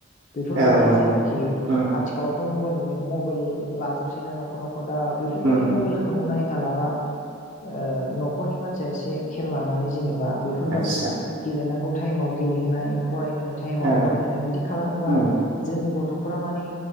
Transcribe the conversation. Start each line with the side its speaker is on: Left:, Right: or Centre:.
Left: बेफोरबायदि
Right: औ
Left: जेनाखि
Right: औ उम
Left: आथिखालाव मबाइल नुयो मबाइल लाजोबसै ना न' नख'र न'खर दा बेफोरबाददि
Right: उम उम
Left: मबाइलखौ नायहोयालाबा बा ओं न'खरनि मानसिया एसे खेल लानानै जेनेबा बा बेफोरबादि
Right: आदसा
Left: गेलेनांगौ टाइमाव गेलेहोनाय फरायहोनाय टाइमाव
Right: औ
Left: फरायहोनाय बिदि खालामोबा
Right: उम
Left: जोंनि गथ' गथ'फोरा माने